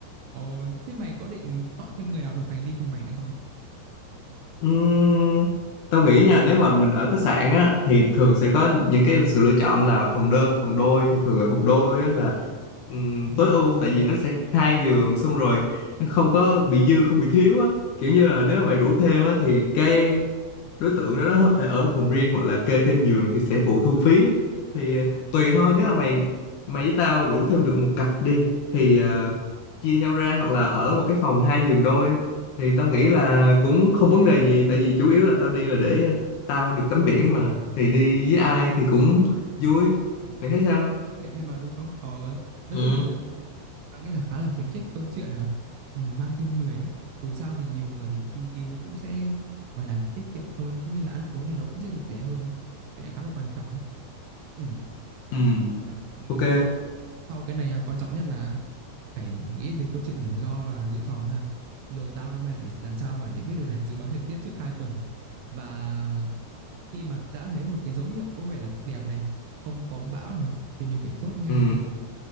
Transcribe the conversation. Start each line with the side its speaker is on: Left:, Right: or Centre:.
Right: Ồ thế mày có định chọn thêm người nào đồng hành đi cùng mày nữa không?
Left: Ừm, tao nghĩ nha nếu mà mình ở khách sạn á thì thường sẽ có những cái sự lựa chọn là phòng đơn phòng đôi thì thường là phòng đôi á là ừm, tối ưu tại vì nó sẽ hai giường xong rồi nó không có bị dư không bị thiếu á kiểu như là nếu mà mày rủ thêm á thì cái đối tượng đó, đó phải ở một phòng riêng hoặc là kê thêm giường thì sẽ phụ thu phí thì ờ, tùy thôi nếu mà mày mày với tao rủ thêm được một cặp đi thì ờ, chia nhau ra hoặc là ở một cái phòng hai giường đôi thì tao nghĩ là cũng không vấn đề gì tại vì chủ yếu là tao đi là để ờ, tao được tắm biển mà thì đi với ai thì cũng vui
Right: Ừ,
Left: mày thấy
Right: cũng
Left: sao
Right: vẫn được tắm biển thêm mà đúng không? Ờ nói
Left: ừ
Right: chung là tao Ờ, nghĩa là khá là khuyến khích câu chuyện à, mang thêm người á dù sao thì nhiều người thì chi phí nó cũng sẽ gọi là tiết kiệm hơn cũng như là ăn uống thì nó cũng sẽ được rẻ hơn á. cái này khá là quan trọng ấy ừ.
Left: ừ
Right: Với cả, ừ,
Left: ok
Right: sau sau cái này à, quan trọng nhất là phải nghĩ tới câu chuyện rủi ro và dự phòng ha rồi tao với mày phải làm sao mà để biết được là <laughs> dự báo thời tiết trước 2 tuần và khi mà đã thấy một cái dấu hiệu có vẻ là đẹp này không có bão này thì mình phải chốt ngay
Left: ừ
Right: nha